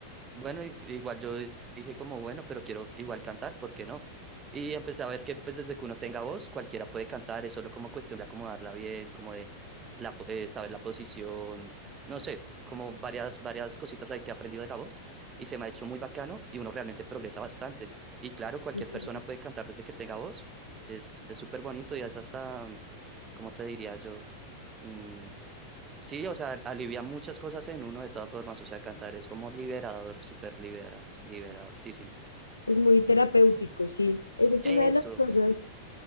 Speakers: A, on the right; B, on the left.
A: Bueno, i- igual yo di- dije como, bueno, pero quiero igual cantar, ¿por qué no? Y empecé a ver que pues desde que uno tenga voz, cualquiera puede cantar, es solo como cuestión de acomodarla bien, como de la, po- eh, saber la posición, no sé, como varias, varias cositas ahí que he aprendido de la voz y se me ha hecho muy bacano y uno realmente progresa bastante. Y claro, cualquier
B: ujú.
A: persona puede cantar desde que tenga voz, es es súper bonito y es hasta, mm, ¿cómo te diría yo? Mm, Sí, o sea, alivia muchas cosas en uno de todas formas, o sea, cantar es como liberador, súper libera, liberadorcísimo.
B: Es muy terapéutico, sí. Esa es
A: Eso,
B: una de las cosas.